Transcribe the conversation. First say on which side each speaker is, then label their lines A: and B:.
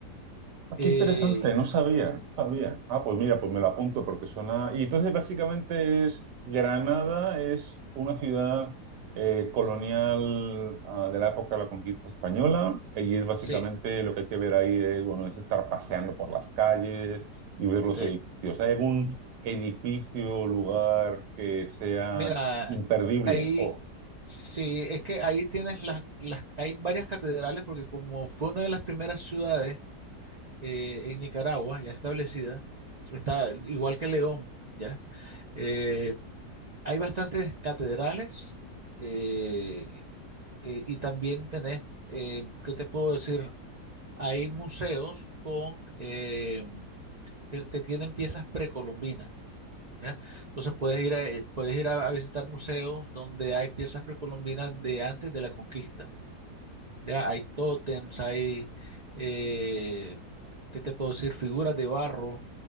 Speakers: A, on the right; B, on the right.
A: Ah,
B: Eh,
A: qué interesante, no sabía, no sabía. Ah, pues mira, pues me lo apunto porque suena. Y entonces básicamente es Granada es una ciudad eh, colonial ah, de la época de la conquista española eh, y es básicamente
B: sí.
A: lo que hay que ver ahí es bueno es estar paseando por las calles y ver
B: Sí,
A: los edificios. ¿Hay algún edificio o lugar que sea
B: Mira,
A: imperdible?
B: ahí
A: Oh,
B: sí, es que ahí tienes las, las, hay varias catedrales porque como fue una de las primeras ciudades eh, en Nicaragua ya establecida, está igual que León, ¿ya? Eh, hay bastantes catedrales eh, eh, y también tenés, eh, ¿qué te puedo decir? Hay museos con, eh, que, que tienen piezas precolombinas. ¿ya? Entonces puedes ir a, eh, puedes ir a, a visitar museos donde hay piezas precolombinas de antes de la conquista, ¿ya? Hay tótems, hay, eh, ¿qué te puedo decir? Figuras de barro